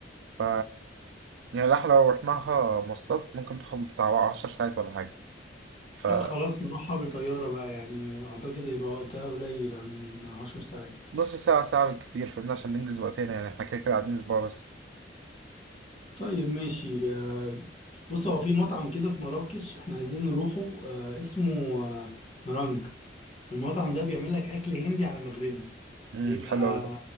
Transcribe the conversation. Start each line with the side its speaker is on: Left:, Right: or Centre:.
Right: ف يعني احنا لو رحناها مواصلات ممكن تاخد بتاع 10 ساعات ولا حاجة فنص
Left: لا خلاص نروحها بالطياره بقى يعني اعتقد هيبقى وقتها قليل عن عشر ساعات
Right: ساعة ساعة بالكتير فاهمني عشان ننجز وقتنا يعني احنا كده كده قاعدين أسبوع بس
Left: طيب ماشي آه، بص هو في مطعم كده في مراكش احنا عايزين نروحه آه، اسمه آه، نرانج المطعم ده بيعمل لك اكل هندي على مغربي
Right: امم
Left: بيبقى
Right: حلو أوي ده